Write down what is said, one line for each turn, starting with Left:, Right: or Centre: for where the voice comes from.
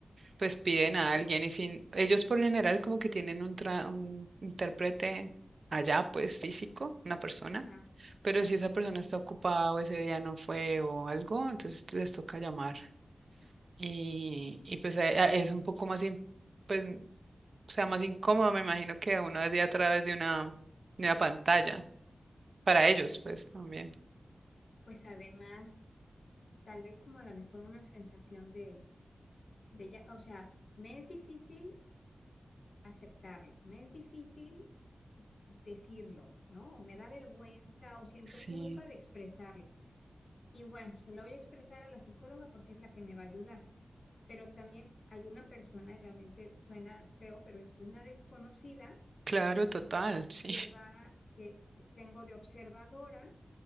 Right: pues piden a
Left: sí,
Right: alguien y sin, ellos por lo general como que tienen un, tra- un intérprete allá, pues físico, una persona,
Left: ajá,
Right: pero si esa persona está ocupada o ese día no fue o algo, entonces les toca llamar. Y, y pues eh, eh, es un poco más, in- pues, mm, o sea, más incómodo, me imagino, que uno de a través de una, de una pantalla. Para ellos,
Left: sí.
Right: pues también.
Left: Pues además, tal vez como a lo mejor una sensación de, de ya, o sea, me es difícil aceptarlo, me es difícil decirlo, ¿no? O me da vergüenza o siento
Right: Sí,
Left: culpa de expresarlo. Y bueno, se lo voy a expresar a la psicóloga porque es la que me va a ayudar. Pero también hay una persona, y realmente suena feo, pero es una desconocida
Right: claro, total, <laughs> sí,
Left: que va, que tengo de observadora,